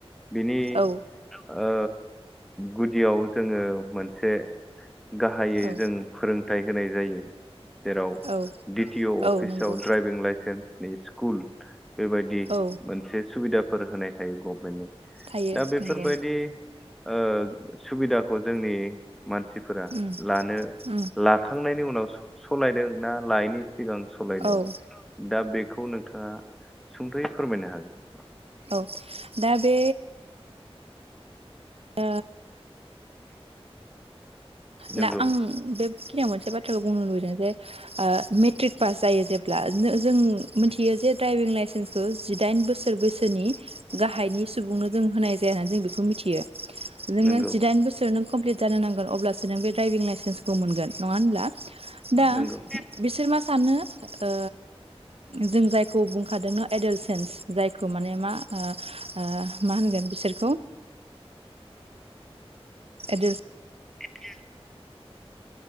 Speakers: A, in the centre; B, on the right.
A: बिनि
B: औ
A: ओ गुदियाव जोङो मोनसे गाहायै
B: औ
A: जों फोरों थाइ होनाय जायो जेराव
B: औ
A: डि टि अ अफिसाव
B: औ नंगौ
A: ड्राइभिं लाइसेन्स स्कुल बेबायदि
B: औ
A: मोनसे सुबिदा फोर होनाय थायो गभमेन्टनि।
B: थायो
A: दा बेफोरबायदि
B: नंगौ
A: ओ सुबिदा खौ जोंनि मानसिफोरा
B: उम
A: लानो
B: उम
A: लाखांनायनि उनाव सलायदों ना लायनि सिगां सलायदों
B: औ
A: दा बे बेखौ नोंथाङा सुंद'यै फोरमायनो हागोन
B: औ दा बे <unintelligible>
A: नंगौ
B: दा आं बेखिनियाव मोनसे बाथ्राखौ बुंनो लुबैदों जे मेट्रिक पास जायो जेब्ला जों-जों मिथियो जे द्राइभिं लाइसेन्सखौ जिदाइन बोसोर बैसोनि गाहाइनि सुबुंनो जों होनाय जाया होननानै जों बेखौ मिथियो। जोङो
A: नंगौ
B: जिदाइन बोसोर नों कमप्लिट जानो नांगोन अब्लासो नों बे द्राइभिं लाइसेन्सखौ मोनगोन। नङा होनब्ला? दा
A: नंगौ
B: बिसोर मा सानो ओ जों जायखौ बुंखादोंनो एडलेसेन्स जायखौ माने मा ओ ओ मा होनगोन बिसोरखौ एडेल
A: <unintelligible>